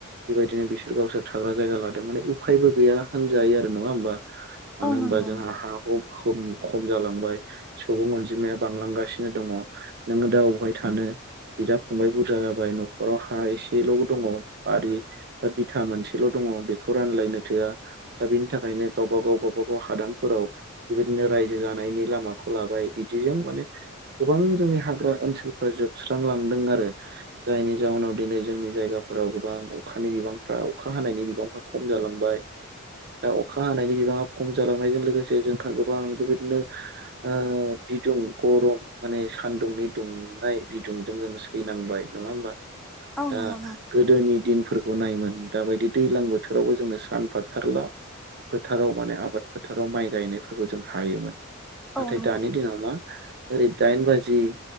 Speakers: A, on the right; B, in the centre.
A: बेबायदिनो बिसोर गावसोर थाग्रा जायगा लादों माने उफायबो गैया होनजायो आरो नङा होमबा मानो
B: औ नंगौ
A: होनबा जोंहा हु खम खम जालांबाय सुबुं अनजिमाया बांलांगासिनो दङ नोङो दा अबहाय थानो बिदा फंबाय बुरजा जाबाय न'खराव हा एसेल' दङ बारि बा बिथा मोनसे ल' दङ बेखौ रानलायनो थोआ दा बेनि थाखायनो गावब गाव गावबा गाव हादानफोराव बेबायदिनो रायजो जानायनि लामाखौ लाबाय बिदिजों माने गोबां जोंनि हाग्रा ओनसोलफोरा जोबस्रां लांदों आरो जायनि जाउनाव दिनै जोंनि जायगाफोराव गोबां अखानि बिबांफ्रा अखा हानायनि बिबांफ्रा खम जालांबाय। दा अखा हानायनि बिबाङा खम जालांनायजों लोगोसे जोंहा गोबां बेबायदिनो ओ बिदुं गरम माने सानदुंनि दुंनाय बिदुंजों जोङो सैनांबाय नङा होमबा
B: औ
A: दा
B: नंगौ नोंथां
A: गोदोनि दिनफोरखौ नायमोन दाबायदि दैलां बोथोरावबो जोङो सानफाथारला फोथाराव माने आबाद फोथाराव माइ गायनायफोरखौ जों हायोमोन
B: औ
A: नाथाय
B: नंगौ
A: दानि दिनाव मा ओरै दाइन बाजि